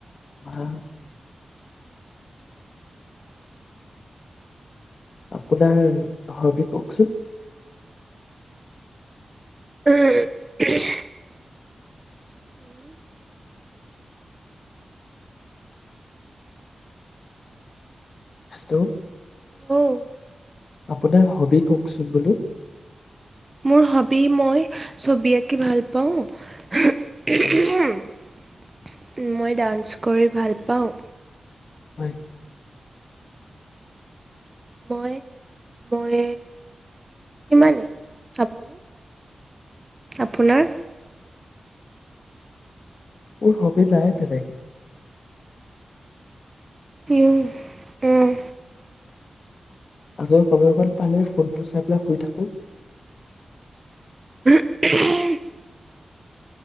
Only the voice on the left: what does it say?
আহা আপোনাৰ হবি কওকচোন?
হেটো।
আপোনাৰ হবি কওকচোন, বোলো।
হয়
হয়।
মোৰ হবি নাই তেনেকে।
আজৰি সময় অকন পালে, ফোনটো চাই পেলাই শুই থাকোঁ।